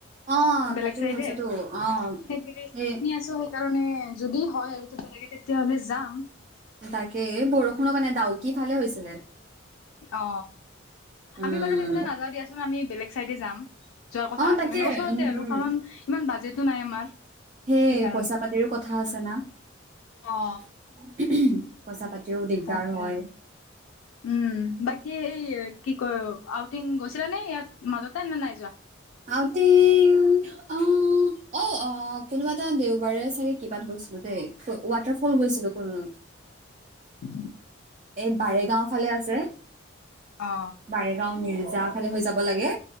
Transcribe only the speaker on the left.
বেলেগ
চাইডে
সেই শুনি
আছো সেইকাৰণে যদি হয় আৰু তেতিয়ালকে তেতিয়াহলে যাম
অ
আমি বাৰু সেইফালে নাযাওঁ দিয়াচোন আমি বেলেগ চাইডে যাম যোৱাৰ কথা
আছে
মানে ওচৰতে
আৰু
কাৰণ ইমান বাজেতো নাই আমাৰ
সেইকাৰণে
অ
তাকে
আৰু উম বাকী এই কি কয় আউটিং গৈছিলা নে ইয়াত মাজতে নে নাই যোৱা
উ
অ